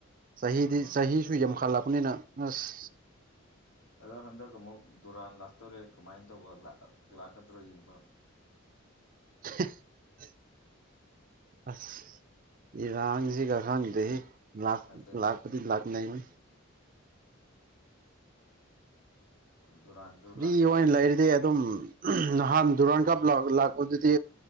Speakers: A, on the right; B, on the left.
A: ꯆꯍꯤꯗꯤ
B: ꯑꯥ
A: ꯆꯍꯤꯁꯨ ꯌꯥꯝꯈꯠꯂꯛꯄꯅꯤꯅ ꯑꯁ
B: ꯑꯗꯣ ꯍꯟꯗꯛ ꯑꯃꯨꯛ ꯗꯨꯔꯥꯟ ꯂꯥꯛꯇꯣꯔꯦ ꯀꯃꯥꯏꯅ ꯇꯧꯕ ꯂꯥꯛꯀꯗ꯭ꯔꯣ ꯌꯦꯡꯕ
A: <inaudible> ꯑꯁ ꯏꯔꯁꯤꯒ ꯈꯥꯡꯒꯗꯁꯤ ꯂꯥꯛ
B: ꯑꯗꯨꯅꯦ
A: ꯂꯥꯛ ꯀꯗꯤ ꯂꯥꯛ ꯅ ꯃ
B: ꯗꯨꯔꯥꯟꯁꯨ
A: ꯐꯔꯤ
B: ꯂꯥꯛꯇꯣꯔꯦ
A: ꯑꯣꯏꯅ ꯂꯩꯔꯗꯤ ꯑꯗꯨꯝ ꯅꯍꯥꯟ ꯗꯨꯔꯥꯟ ꯀꯥꯞ ꯂꯥꯛꯄꯗꯨꯗꯤ